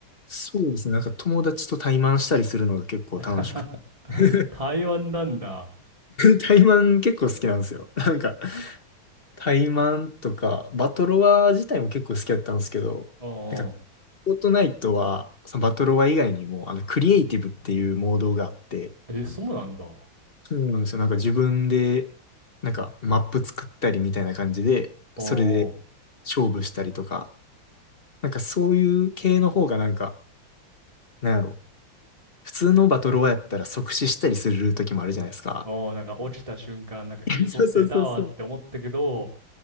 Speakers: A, on the left (about 35°); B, on the right (about 15°).
A: そうですね。なんか友達と対マンしたりするのが結構楽しくて。
B: <laughs>
A: <laughs>
B: 台湾なんだ。
A: 対マン結構好きなんですよ。なんか、タイマンとか、バトロワ自体も結構好きだったんですけど、
B: うんうん。
A: なんか、フォートナイトは、そのバトロワ以外にも、あの、クリエイティブっていうモードがあって、
B: え、そうなんだ。う
A: そうなんですよ。なんか自分で、なんかマップ作ったりみたいな感じで、それで
B: んうん。
A: 勝負したりとか、なんかそういう系の方がなんか、なんやろ、普通のバトロワやったら即死したりする時もあるじゃないですか。
B: うんなんか落ちた瞬間、なんかいい装備出たわって思ったけど、
A: <laughs> そうそうそうそう。